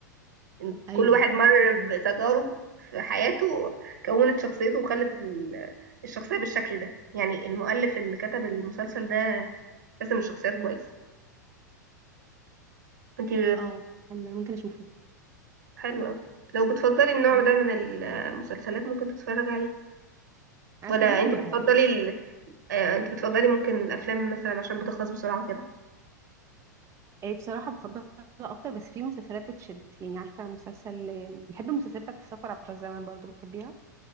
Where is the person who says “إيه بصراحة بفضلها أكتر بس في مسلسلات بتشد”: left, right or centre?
Right